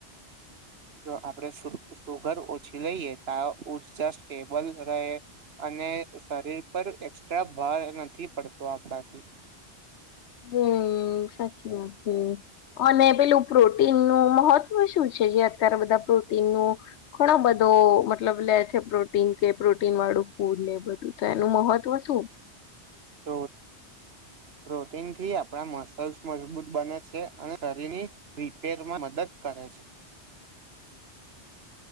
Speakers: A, on the right (about 65°); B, on the left (about 80°).
A: જો આપણેે સુગર ઓછી લઈએ તો ઉર્જા સ્ટેબલ રહે અને શરીર પર એકક્સ્ટ્રા ભાર નથી પડતો આપણાથી
B: હમ સાચી વાત છે અને પેલું પ્રોટીનનું મહત્વ શું છે જે અત્યારે બધા પ્રોટીનનું ઘણો બધો મતલબ લે છે પ્રોટીન કે પ્રોટીન વાળું ફૂડ ને એ બધું તો એનું મહત્વ શું
A: તો
B: <inaudible>
A: પ્રોટીન થી આપણા મસલ્સ મજબૂત બને છે અને શરીરની રિપેરમાં મદદ કરે છે
B: <inaudible>